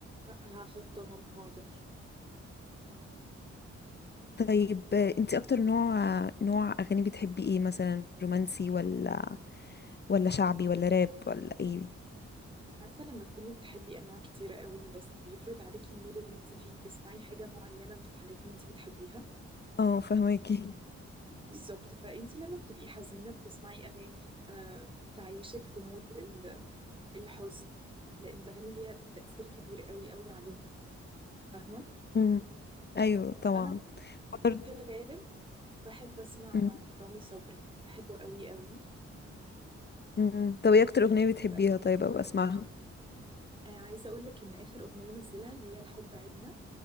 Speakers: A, on the right; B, on the left.
A: ه- هحطهم حاضر
B: طيب انت اكتر نوع نوع اغاني بتحبي ايه مثلا رومانسي ولا ولا شعبي ولا راب ولا ايه
A: عارفة لما تكوني بتحبي أنواع كتيرة قوي بس بيفرض عليكي المود اللي انت فيه تسمعي حاجة معينة من الحاجات اللي انت بتحبيها
B: اه فهماكي
A: بالظبط فانت لما بتبقي حزينة بتسمعي أغاني آه تعيشك في مود ال- الحزن لأن الأغاني ليها تأثير كبير قوي قوي علينا فاهمة؟
B: امم ايوه طبعا
A: أنا
B: برضه-
A: في الغالب بحب أسمع
B: مم.
A: رامي صبري بحبه قوي قوي
B: مم. طب ايه اكتر اغنية بتحبيها
A: بأغاني
B: طيب
A: كلها
B: ابقى اسمعها
A: آه عايزة أقول لك إن آخر أغنية نزلها اللي هي الحب عبنا